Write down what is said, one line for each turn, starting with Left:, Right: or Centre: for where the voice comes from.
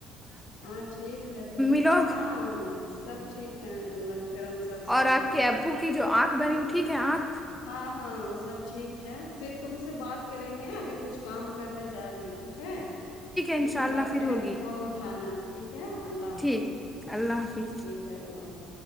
Left: ہاں ٹھیک ہے تو
Centre: لوگ
Left: ہاں سب ٹھیک ہے اللہ کے کرم سب صحیح
Centre: اور آپ
Left: ہے
Centre: کے ابو کی جو آنکھ بنی ہو ٹھیک ہے آنکھ
Left: ہاں ہاں وہ سب ٹھیک ہے پھر تم سے بات کریں گے ابھی کچھ کام کرنے جا رہے ہیں ٹھیک ٹھیک
Centre: انشاء
Left: ہے
Centre: اللہ
Left: بات
Centre: پھر
Left: کریں
Centre: ہوگی
Left: گے فون اٹھانا ٹھیک ہے اللہ حافظ
Centre: ٹھیک اللہ حافظ
Left: ٹھیک ہے اللہ حافظ